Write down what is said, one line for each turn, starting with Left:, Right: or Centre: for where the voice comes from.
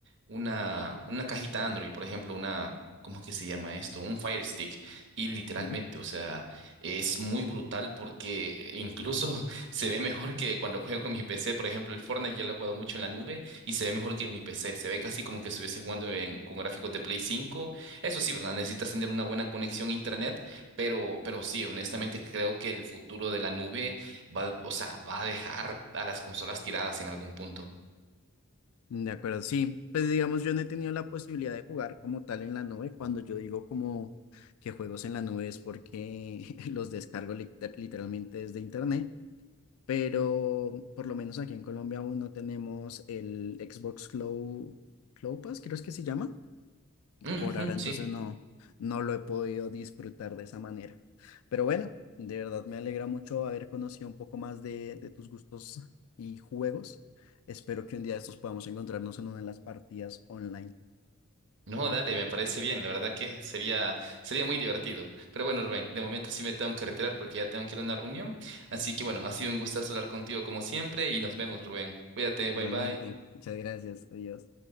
Right: una, una cajita Android, por ejemplo, una, ¿cómo es que se llama esto? Un Fire Stick, y literalmente,
Left: ¿sí?
Right: o sea, es muy brutal porque incluso <laughs> se ve mejor que cuando juego en mi PC, por ejemplo, el Fortnite ya lo he jugado mucho en la nube y se ve mejor que en mi PC, se ve casi como que estuviese jugando en- con gráficos de Play 5 eso sí, ¿verdad? Necesitas tener una buena conexión a internet, pero, pero sí, honestamente creo que el futuro de la nube va, o sea, va a dejar a las consolas tiradas en algún punto.
Left: De acuerdo, sí. Pues digamos, yo no he tenido la posibilidad de jugar como tal en la nube. Cuando yo digo como que juegos en la nube es porque <laughs> los descargo lit- literalmente desde internet pero por lo menos aquí en Colombia aún no tenemos el Xbox Cloud, Cloud Pass, creo es que se llama.
Right: Ujú,
Left: Por ahora entonces
Right: sí.
Left: no, no lo he podido disfrutar de esa manera. Pero bueno, de verdad me alegra mucho haber conocido un poco más de, de tus gustos y juegos. Espero que un día de estos podamos encontrarnos en una de las partidas online.
Right: No, dale, me parece bien. La verdad que sería, sería muy divertido. Pero bueno, Rubén, de momento sí me tengo que retirar porque ya tengo que ir a una reunión. Así que bueno, ha sido un gustazo hablar contigo como siempre y nos vemos, Rubén. Cuídate,
Left: Igualmente,
Right: bye bye.
Left: muchas gracias. Adiós.